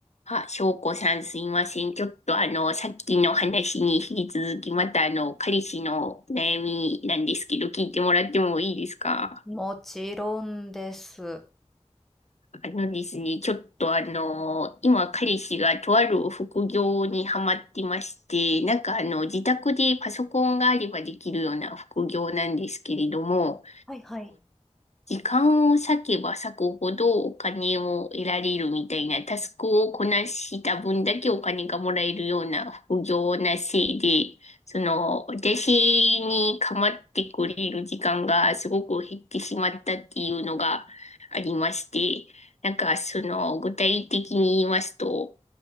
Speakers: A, on the left; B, in the centre.
A: あ、翔子さんすいません。ちょっとあの、さっきの話に引き続き、またあの、彼氏の悩みなんですけど、聞いてもらってもいいですか
B: もちろんです。
A: あのですね、ちょっとあの、今彼氏がとある副業にハマってまして、なんかあの、自宅でパソコンがあればできるような副業なんですけれども、
B: はいはい。
A: 時間を割けば割くほどお金を得られるみたいな、タスクをこなした分だけお金がもらえるような副業なせいで、その、私に構ってくれる時間がすごく減ってしまったっていうのがありまして、なんかその、具体的に言いますと、